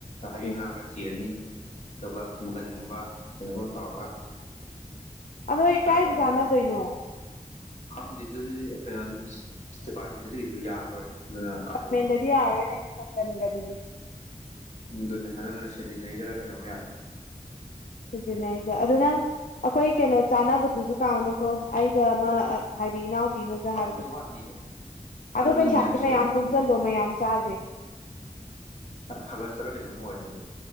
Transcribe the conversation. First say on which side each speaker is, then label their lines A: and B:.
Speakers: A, on the left (about 50°); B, on the left (about 65°).
A: ꯍꯩꯕꯤ
B: ꯎꯝ
A: ꯃꯅꯥ ꯈꯔꯥ ꯊꯤꯔꯅꯤ ꯑꯗꯨꯒ ꯃꯪꯒꯟꯒꯨꯝꯕ ꯀꯩꯅꯣꯒꯨꯝꯕ ꯇꯧꯔꯒ
B: ꯑꯗꯣ
A: ꯍꯥꯏꯔꯛꯄꯅꯦ
B: ꯀꯥꯏꯗ ꯆꯥꯟꯅꯗꯣꯏꯅꯣ
A: ꯈꯪꯗꯦ ꯑꯗꯨꯗꯤ ꯀꯩꯅꯣ ꯗꯤꯄꯥꯔꯠꯃꯦꯟꯗꯗꯤ ꯀꯩꯁꯨ ꯌꯥꯔꯔꯣꯏ ꯑꯗꯨꯅ ꯀꯥꯏꯗ
B: ꯃꯦꯗꯗꯤ ꯌꯥꯔꯔꯣꯏ ꯅꯟꯒꯤ ꯖꯪꯒꯜ ꯒꯗꯨꯗꯤ
A: ꯎ ꯑꯗꯨꯅꯦ ꯑꯗꯨꯟꯅ ꯁꯦꯇꯤꯟꯅꯩꯖꯔ ꯀꯩꯅꯣꯝꯃ ꯌꯥꯅꯤ꯫
B: ꯊꯤꯖꯤꯅꯩꯖ‌ꯦ ꯑꯗꯨ ꯅꯪ ꯑꯩꯈꯣꯏ ꯀꯩꯅꯣ ꯆꯥꯅꯕꯗꯨꯁꯨ ꯀꯥꯎꯅꯤꯀꯣ ꯑꯩꯒ ꯑꯃ ꯍꯥꯏꯗꯤ ꯏꯅꯥꯎ ꯄꯤꯃꯒ ꯍꯥꯏꯕꯗꫭ
A: ꯑꯗꯨꯗꯤ ꯋꯥꯠꯂꯤꯌꯦ
B: ꯑꯗꯣ
A: ꯑꯗꯨꯗꯤ
B: ꯄꯩꯁꯥꯗꯤ
A: ꯅꯦꯛꯁ
B: ꯃꯌꯥꯝ ꯇꯨꯡꯁꯤꯜꯂꯣ ꯃꯌꯥꯝ ꯆꯥꯁꯦ꯫
A: ꯑꯥꯒꯁ꯭ꯇ ꯇꯔ ꯀꯩꯅꯤꯝ ꯑꯣꯏꯔꯅꯤ ꯑꯗꯨꯗꯤ